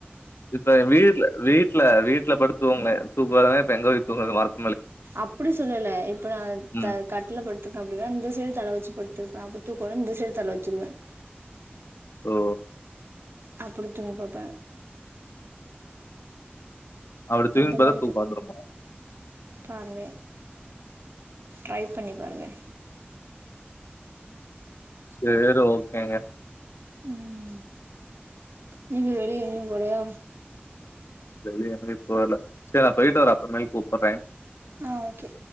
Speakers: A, on the left; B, on the right.
A: இப்ப வீடுல வீட்ல வீட் ல படுத்த தூங்க தூங்கவராத இப்ப எங்க போய் தூங்குறது மரத்
B: அப்டி சொல்லல இப்ப நா
A: ம்
B: கட்டுல்ல படுத்துருக்கேன் அப்டின்னா இந்த சைய்டு தல வச்சு படு துப்பே அப்டி தூக்க வல்லனா இந்த சைய்டு தல வச்சுடுவே
A: ஓ
B: அப்டி தூங்க பாப்பே
A: அப்டி தூங்கி
B: அந்த
A: பாத்தா
B: மாரி
A: தூக்கோ
B: ப
A: வந்துருமா
B: பாருங்க ட்ரை பண்ணி பாருங்க
A: சேரி ஓகேங்க
B: ம் நீங்க வெளிய எங்கியு போலயா
A: வெளிய எங்கயு போல சேரி நா போயிட்டு வரே அப்புறமேல் கூப்புடுறே
B: ஆ ஓகே